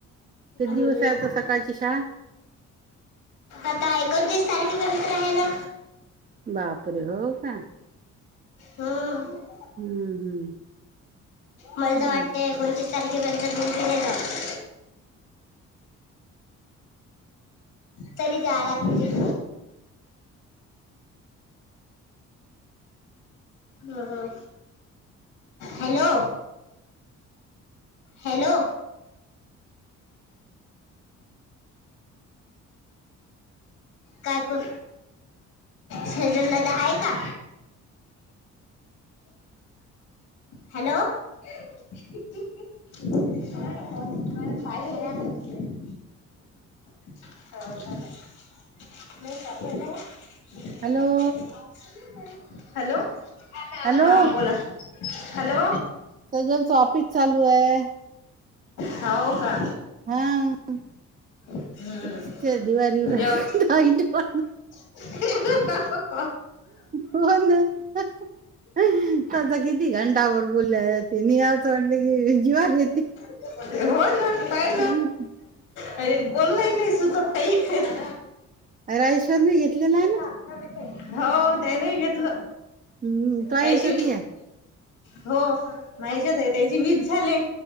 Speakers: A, on the right; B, on the left.
A: किती
B: हम्म.
A: दिवस आहे आता सकाळची शाळा
B: आता एकोणतीस तारखेपर्यंत राहा ना.
A: बापरे हो का.
B: हो
A: हम्म
B: मला
A: हम्म
B: तर वाटतय <unintelligible> तरी जा लागतय. <inaudible> हम्म हम्म हॅलो. हॅलो. काय करू. शेजल दादा आहे का?
A: <inaudible>
B: Hello. <unintelligible> <unintelligible> <unintelligible>
A: Hello hello
B: hello
A: hello
B: हा बोला हॅलो.
A: सेजलच ऑफिस चालू आहे.
B: हव का.
A: हा <unintelligible>
B: हम्म जेव <unintelligible>
A: हो ना. <unintelligible> तचा किती घंटावर बोलल्यानि अस असं म्हटलं की जीवावर येते.
B: हो ना. <unintelligible>
A: नाही
B: काई बोलन ही नाही सुचत काही
A: हराळेश्वर मी घेतलेला आहे ना.
B: अठरा हो त्यानेही घेतलं
A: हम्म तो
B: त्याशी
A: याच्यात या
B: हो मनिशा ताई आहे त्याची वीस झाले.